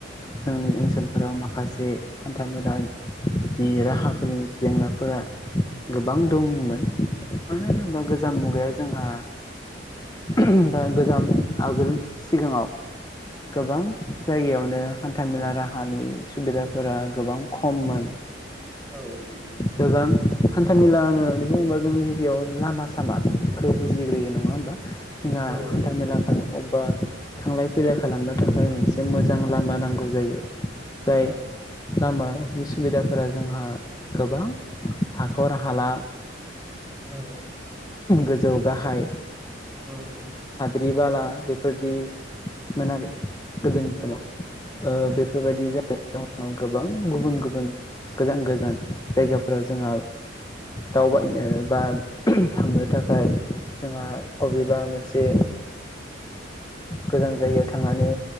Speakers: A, on the left; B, in the centre.
A: जोंनि ओनसोल फोराव माखासे हान्था मेलानि राहाफोरनि जेंनाफोरा गोबां दंमोन मानो होनोब्ला गोजाम मुगायाव जोंहा ओम गोजाम आगोलनि सिगांङाव गोबां
B: औ
A: जायगायावनो हान्था मेला राहानि सुबिदाफोरा गोबां खममोन
B: औ
A: गोबां हान्थामेला होननानै बुङोब्ला जों गिबियाव लामा सामा खौ बुजिग्रोयो नङा होमबा जोंहा
B: औ
A: हान्थाल
B: नोंथां
A: मेला अबा थांलाय फैलाय खालामनो थाखाय मोनसे मोजां लामा नांगौ जायो जाय
B: औ
A: लामानि सुबिदाफोरा जोंहा गोबां हाखर हाला
B: औ
A: गोजौ गाहाय
B: औ औ
A: बे बाला बेफोरदिमोन आरो गोदोनि समाव
B: औ उम औ औ
A: बेफोरबायदि गोबां गुबुन गुबुन गोजान गोजान जायगाफोराव जोंहा दावबायनो बा थांनो थाखाय जोंहा अबेबा मोनसे गोजान जायगायाव थांनानै